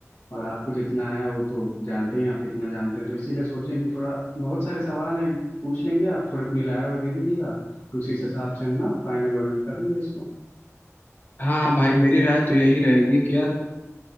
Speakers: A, on the left; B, on the left.
A: और आपको जितना है वो तो जानते ही हैं आप कितना जानते हैं तो इसीलिए सोचें कि थोड़ा बहुत सारे सवाल हैं पूछ लेंगे आप थोड़ी अपनी राय वाय दे दीजिएगा तो उसी से हिसाब से हम ना फाइनल वाइनल कर लेंगे इसको
B: हाँ भाई मेरी राय तो यही रहेगी कि यार अ,